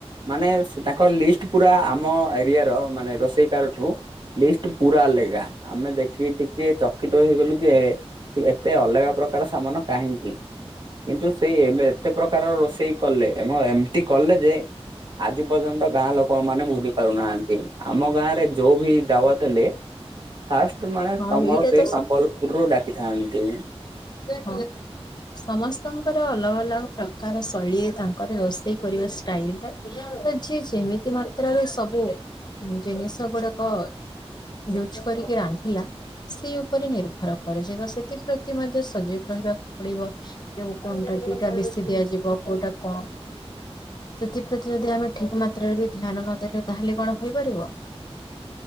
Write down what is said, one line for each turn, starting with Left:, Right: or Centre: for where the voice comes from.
Right: ମାନେ ତାଙ୍କର ଲିଷ୍ଟ୍ ପୁରା ଆମ ଏରିଆର ମାନେ ରୋଷେଇ କାରଠୁ ପୁରା ଅଲେଗା। ଆମେ ଦେଖିକି ଟିକେ ଚକିତ ହେଇଗଲୁ ଯେ ଏତେ ଅଲଗା ପ୍ରକାର ସାମାନ କାହିଁକି? କିନ୍ତୁ ସେଇ ଏବେ ଏତେ ପ୍ରକାରର ରୋଷେଇ କଲେ ଏବଂ ଏମତି କଲେ ଯେ ଆଜି ପର୍ଯ୍ୟନ୍ତ ଗାଁ ଲୋକ ମାନେ ଭୁଲି ପାରୁନାହାନ୍ତି ଆମ ଗାଁରେ ଯୋଉ ବି ଦାୱତ୍ ଦେଲେ ଫାଷ୍ଟ ମାନେ
Left: ହଁ
Right: ତମର
Left: ଏଇଟା
Right: ସେଇ
Left: ତ
Right: ସମ୍ବଲପୁରରୁୁ ଡାକିଥାନ୍ତି।
Left: ହଁ। ସମସ୍ତଙ୍କର ଅଲଗା ଅଲଗା ପ୍ରକାର ଶୈଳୀ ତାଙ୍କର ରୋଷେଇ କରିବା ଷ୍ଟାଇଲ ଥାଏ। ତ ଯିଏ ଯେମିତି ମାତ୍ରାରେ ସବୁ ଜିନିଷ ଗୁଡାକ ୟୁଜ୍ କରିକି ରାନ୍ଧେ। ଥିଲା ସେ ଉପରେ ନିର୍ଭର କରାଯାଏ ତ ସେଥିପ୍ରତି ମଧ୍ୟ ସଜାଗ ରହିବାକୁ ପଡିବ। କେଉଁ କ୍ଵାଣ୍ଟିଟିଟା ବେଶି ଦିଆଯିବ କୋଉଟା କମ୍ ସେଥିପ୍ରତି ଯଦି ଆମେ ଠିକ ମାତ୍ରାରେ ବି ଧ୍ୟାନ ନଦେଲେ ତାହେଲେ କଣ ହେଇପାରିବ।